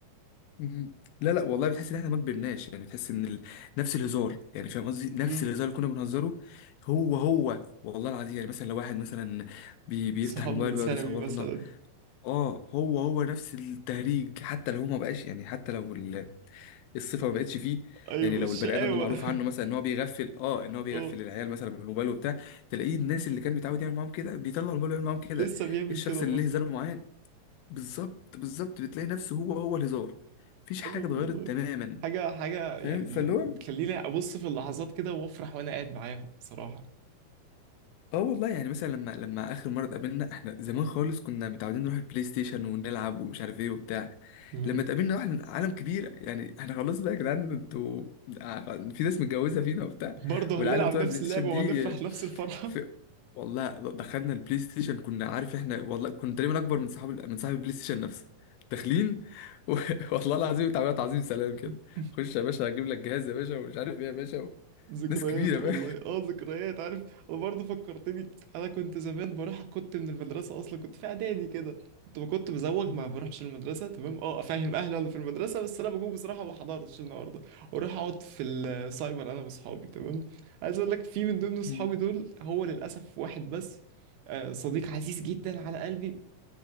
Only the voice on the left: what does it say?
مم. لا لا والله بتحس ان احنا ما كبرناش يعني بتحس ان ال... نفس الهزار يعني فاهم قصدي نفس
الهزار اللي كنا بنهزره هو هو والله العظيم يعني مثلا لو واحد مثلا بي...
بيفتح
الموبايل
ويقعد
يصورنا
اه هو هو نفس التهريج حتى لو هو ما بقاش يعني حتى لو ال... الصفه ما بقتش فيه
يعني لو
البني ادم ده معروف
عنه مثلا ان هو بيغفل اه ان هو بيغفل
العيال مثلا بالموبايل وبتاع تلاقيه الناس اللي كان بيتعود يعمل معاهم كده بيطلع الموبايل ويعمل معاهم كده
الشخص
اللي ليه هزار معين بالظبط بالظبط بتلاقي نفسه هو هو الهزار مفيش
حاجه اتغيرت
تماما
فاهم
فاللي
هو
اه والله يعني مثلا لما لما اخر مره اتقابلنا احنا زمان خالص كنا متعودين نروح البلاي ستيشن ونلعب ومش عارف ايه وبتاع
لما اتقابلنا واحنا عالم كبير يعني احنا خلاص بقى يا جدعان انتوا في ناس متجوزه فينا وبتاع
والعيال بتوع
البلاي
ستيشن دي
في والله دخلنا البلاي ستيشن كنا عارف احنا والله كنا تقريبا اكبر من صاحب من صاحب البلاي ستيشن نفسه داخلين و... <laughs> والله العظيم تعبيرات تعظيم سلام كده
خش يا باشا هجيب لك جهاز يا باشا ومش عارف ايه يا باشا و...
ناس كبيره
بقى
<laughs>
مم.